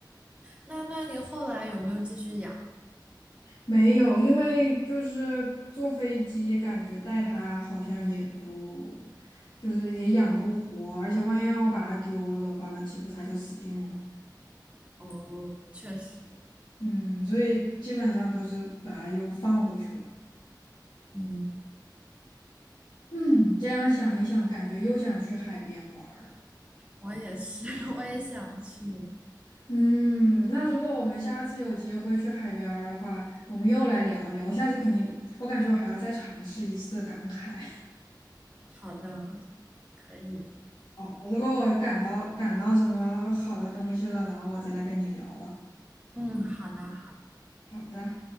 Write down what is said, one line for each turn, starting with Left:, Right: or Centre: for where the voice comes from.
Right: 那那你后来有没有继续养？
Left: 没有，因为就是坐飞机，感觉带它好像也不，就是也养不活，而且万一让我把它丢了的话，那岂不是它就死定了？
Right: 哦，确实，
Left: 嗯，所以基本上都是把它又放回去了。
Right: 嗯，
Left: 嗯，这样想一想，感觉又想去海边玩儿了。
Right: 我也是，<laughs> 我也想去。
Left: 嗯，那如果我们下次有机会去海边儿的话，我们又来聊一聊。我下次肯定，我感觉我还要再尝试一次赶海。
Right: 好的，可以。
Left: <laughs> 哦，如果我赶到赶到什么好的东西了，然后我再来跟你聊吧。
Right: 嗯，好的。
Left: 好的。